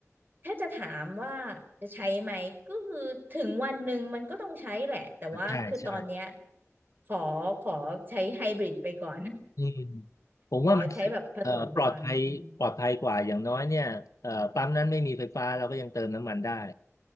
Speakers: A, on the right; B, on the left.
A: ถ้าจะถามว่าจะใช้ไหมก็คือถึงวันหนึ่งมันก็ต้องใช้แหละแต่ว่าคือตอนเนี้ย
B: ใช่ใช่
A: ขอขอใช้ไฮบริดไปก่อน
B: อืมผมว่ามัน
A: ขอใช้แบบผสมไปก่อนอืม
B: เอ่อปลอดภัยปลอดภัยกว่าอย่างน้อยเนี่ยเอ่อปั๊มนั้นไม่มีไฟฟ้าเราก็ยังเติมน้ำมันได้